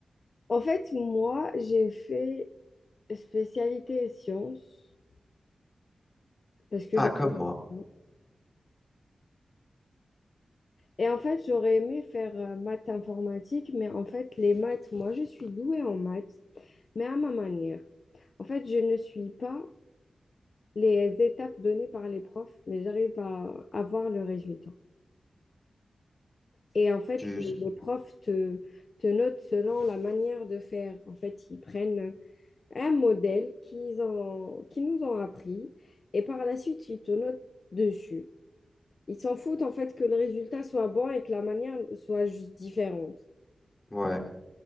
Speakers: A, on the left (about 55°); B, on the left (about 25°).
A: En fait, moi, j'ai fait spécialité sciences parce que
B: Ah,
A: j'adore
B: comme moi.
A: ça. Et en fait, j'aurais aimé faire euh, maths informatique, mais en fait, les maths, moi, je suis douée en maths. mais à ma manière. En fait, je ne suis pas les étapes données par les profs, mais j'arrive à, avoir le résultat. Et en fait,
B: Tu...
A: le- les profs te, te notent selon la manière de faire. En fait, ils prennent un modèle qu'ils ont, qu'ils nous ont appris et par la suite, ils te notent dessus. Ils s'en foutent en fait que le résultat soit bon et que la manière soit juste différente.
B: Ouais,